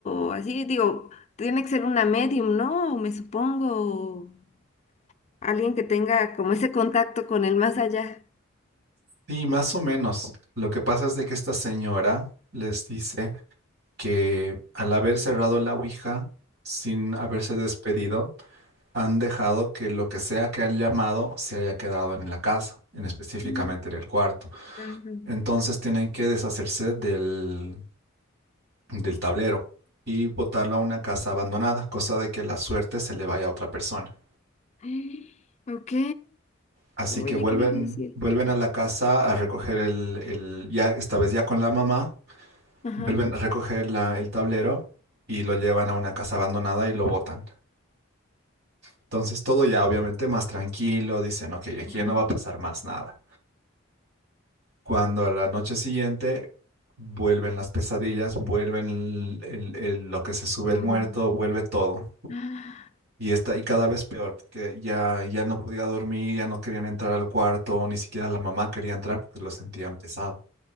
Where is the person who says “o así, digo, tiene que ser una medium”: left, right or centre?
Left